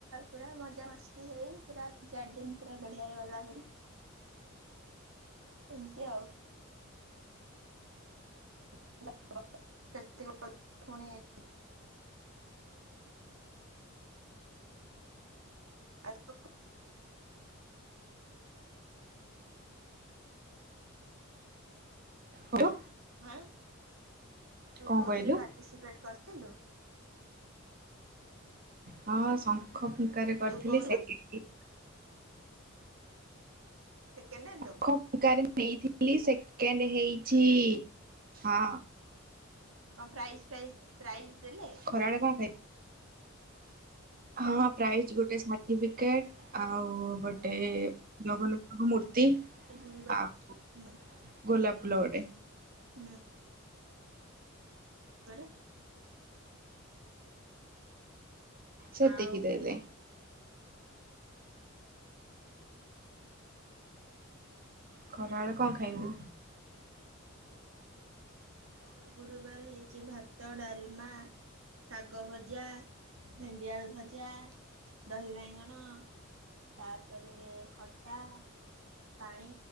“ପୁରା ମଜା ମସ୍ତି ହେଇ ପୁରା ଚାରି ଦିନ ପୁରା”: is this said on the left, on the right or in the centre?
Right